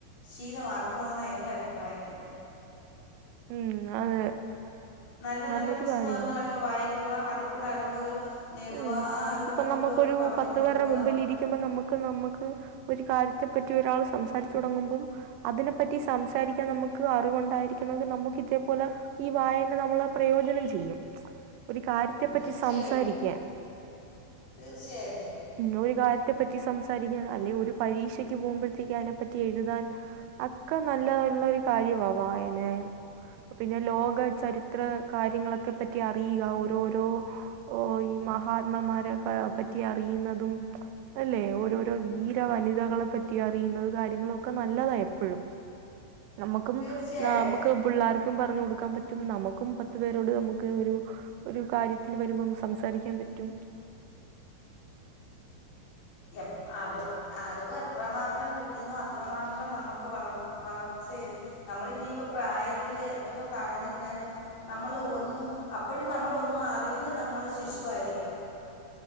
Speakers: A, on the left; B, on the right.
A: ശീലമാക്കണോന്ന എന്റെ അഭിപ്രായത്തില്.
B: ഉം അതെ
A: നല്ല
B: നല്ലൊരു
A: നല്ല പുസ്തകങ്ങളൊക്കെ
B: കാര്യവാ
A: വായിക്കുക അതിൽക്കൂടെ അറിവുകൾ. നേടുക
B: ഉം.
A: ആ അറിവ്
B: ഇപ്പം
A: മറ്റുള്ളവർക്ക്
B: നമുക്കൊരു
A: പറഞ്ഞു
B: പത്ത്
A: കൊടുക്കുക
B: പേരുടെ മുമ്പിരിക്കുമ്പോ നമ്മ ക്ക് ന്നമ്മക്ക് ഒരു കാര്യത്തെ പറ്റി ഒരാൾ സംസാരിച്ച് തുടങ്ങുമ്പം. അതിനെപ്പറ്റി സംസാരിക്കാൻ നമ്മ്ക്ക് അറിവുണ്ടായിരിക്കണമങ്കിൽ നമ്മക്ക് ഇതേപോലെ ഈ വായന ന്നമ്മള് പ്രയോജനം ചെയ്യും ഒര് കാര്യത്തെ പറ്റി
A: തീർച്ചയായിട്ടും
B: സംസാരിക്കാൻ.
A: തീർച്ചയായിട്ടും
B: ആ ഒര് കാര്യത്തെ പറ്റി സംസാരിക്കാന്അല്ലെ ഒരു പരീക്ഷയ്ക്ക് പോകുമ്പോഴത്തേക്ക് അയിനെപ്പറ്റി എഴുതാൻ. അക്കെ നല്ല ള്ളരു കാര്യവാ വായനയും പ്പൊ പിന്നെ ലോക ചരിത്ര കാര്യങ്ങളൊക്കെ പറ്റി അറിയ്ക ഓരോരോ ഓ ഈ മഹാത്മാമാരെക്കെ പറ്റി അറിയുന്നതും. അല്ലേ ഓരോരോ വീര വനിതകളെ പറ്റി അറിയുന്നത് കാര്യങ്ങളോക്കെ നല്ലതാ എപ്പഴും. നമ്മുക്കും
A: തീർച്ചയായിട്ടും
B: നമുക്ക് പിള്ളേർക്കും പറഞ്ഞു കൊടുക്കാൻ പറ്റും നമുക്കും പത്തു പേരോട് നമുക്ക് ഒരു.. ഒരു കാര്യത്തിൽ വരുംമ്പം സംസാരിക്കാൻ പറ്റും
A: എപ് അവ് അറിവ് എത്രമാത്രം കിട്ടുന്നു അത്രമാത്രം ന്നമക്ക് വളർത് വളർച്ചയില് നമ്മൾ ഇനി ഇപ്പ പ്രായത്തില് എത്ര താഴ്ന്ന് ഇരുന്നാലും.. ന്നമ്മൾ ഒന്ന് അപ്പോഴും ന്നമ്മളോന്ന് അറിവില് ന്നമ്മൾ ശിശുവായിരിക്കും.